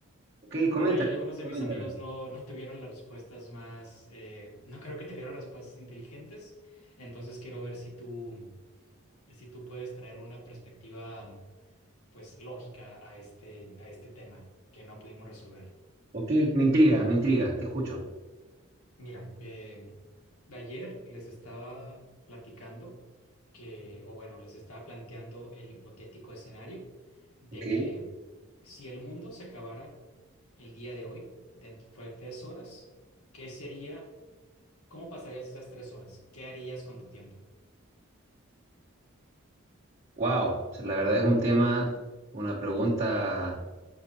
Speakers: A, on the right; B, on the left.
A: Ok,
B: Por
A: coméntame,
B: ahí algunos de
A: coméntame.
B: mis amigos no, no tuvieron las respuestas más, eh, <laughs> no creo que tuvieron respuestas inteligentes, entonces quiero ver si tú, si tú puedes traer una perspectiva pues lógica a este, a este tema que no pudimos resolver.
A: Ok, me intriga, me intriga, te escucho.
B: Mira, em, de ayer les estaba platicando que, o bueno, les estaba planteando el hipotético escenario de
A: Ok.
B: que si el mundo se acabara el día de hoy, dentro de tres horas, ¿qué sería? ¿Cómo pasarías esas tres horas? ¿Qué harías con tu tiempo?
A: Wow, la verdad es un tema, una pregunta